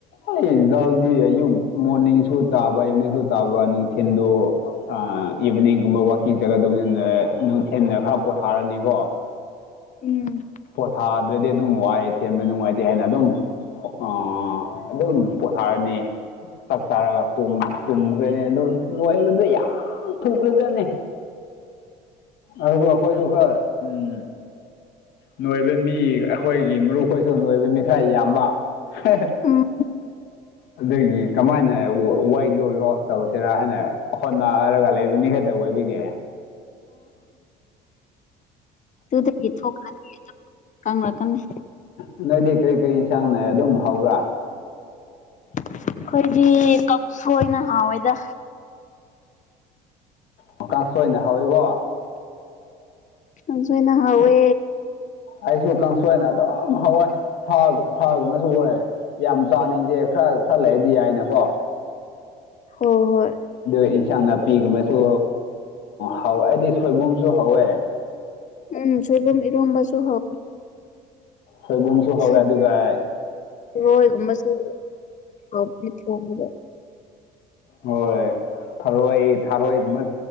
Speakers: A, on the left; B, on the left.
A: ꯑꯩꯗꯗꯤ ꯑꯌꯨꯛ ꯃꯣꯔꯅꯤꯡꯁꯨ ꯇꯥꯕ ꯏꯚꯅꯤꯡ ꯆꯥꯕ ꯅꯨꯡꯊꯤꯟꯜꯗꯣ ꯑ ꯏꯚꯤꯅꯤꯡꯒꯨꯝꯕ ꯋꯥꯛꯀꯤꯡ ꯆꯠꯀꯗꯧꯅꯤ ꯅꯨꯡꯊꯤꯗ ꯈꯔ ꯄꯣꯊꯥꯔꯅꯤꯀꯣ
B: ꯎꯝ
A: ꯄꯣꯊꯥꯗ꯭ꯔꯗꯤ ꯑꯗꯨꯝ ꯋꯥꯏꯑ ꯆꯦꯟꯕ ꯅꯨꯡꯉꯥꯏꯇꯦ ꯍꯥꯏꯦꯅ ꯑꯗꯨꯝ ꯑ ꯑꯗꯨꯝ ꯄꯣꯊꯥꯔꯅꯤ ꯆꯥꯛ ꯆꯥꯔꯒ ꯇꯨꯝꯈ꯭ꯔꯅꯤ ꯑꯣ ꯂꯕꯗ ꯌꯥꯝ ꯊꯨꯈ꯭ꯔꯖꯠꯅꯤ ꯑꯗꯨ ꯑꯩꯈꯣꯏꯁꯨ ꯈꯔ ꯎꯝ ꯅꯣꯏꯕ ꯃꯤ ꯑꯩꯈꯣꯏꯒꯤ ꯃꯔꯨꯞꯈꯣꯏꯁꯨ ꯅꯣꯏꯕ ꯃꯤ ꯈꯔ ꯌꯥꯝꯕ ꯍ
B: ꯎꯝ
A: ꯑꯗꯒꯤ ꯀꯃꯥꯏꯅ ꯋꯥꯏꯗꯣ ꯂꯣꯁ ꯇꯧꯁꯤꯔꯥ ꯍꯥꯏꯅ ꯍꯣꯠꯅꯔꯒ ꯂꯩꯦ ꯑꯣꯏꯕꯤꯒꯦ
B: ꯑꯗꯨ ꯊꯣꯛꯈ꯭ꯔ ꯀꯪꯉꯛꯀꯅꯤ
A: ꯅꯣꯏꯗꯤ ꯀꯔꯤ ꯀꯔꯤ ꯌꯦꯟꯁꯥꯡ ꯅꯥꯏ ꯑꯗꯨꯝ ꯍꯧꯕ꯭ꯔꯥ
B: ꯑꯩꯈꯣꯏꯗꯤ ꯀꯛ ꯑꯣꯏꯅ ꯍꯥꯎꯋꯦꯗ
A: ꯃꯀꯥꯟ ꯁꯣꯏꯅ ꯍꯧꯋꯏꯕꯣ
B: ꯀꯁꯨꯅ ꯍꯋꯦ
A: ꯑꯩꯁꯨ ꯀꯥꯡꯁꯣꯏꯅ ꯑꯗꯨꯝ ꯍꯥꯎꯋꯏ ꯁꯥ ꯁꯥꯒꯨꯝꯕꯁꯨ ꯑꯣꯏ ꯌꯥꯝ ꯆꯥꯅꯤꯡꯗꯦ ꯈꯔ ꯁꯜꯂꯛꯑꯗꯤ ꯌꯥꯏꯅꯀꯣ
B: ꯍꯣꯏ ꯍꯣꯏ
A: ꯑꯗꯨ ꯏꯟꯁꯥꯡ ꯅꯥꯄꯤꯒꯨꯝꯕꯁꯨ ꯍꯥꯎꯋꯦ ꯍꯥꯏꯗꯤ ꯁꯣꯏꯕꯨꯝꯁꯨ ꯍꯧꯋꯦ
B: ꯎꯝ ꯁꯕꯝ ꯏꯔ ꯑꯝꯕꯁꯨ ꯍ
A: ꯁꯣꯏꯕꯨꯝꯁꯨ ꯍꯧꯋꯦ
B: ꯁꯣꯏꯕ
A: ꯑꯗꯨꯒ
B: ꯔꯣꯏꯒꯨꯝꯕꯁꯨ ꯃꯠꯇ ꯋꯥꯣꯗ
A: ꯍꯣꯏ ꯐꯔꯣꯏ ꯊꯥꯔꯣꯏꯒꯕ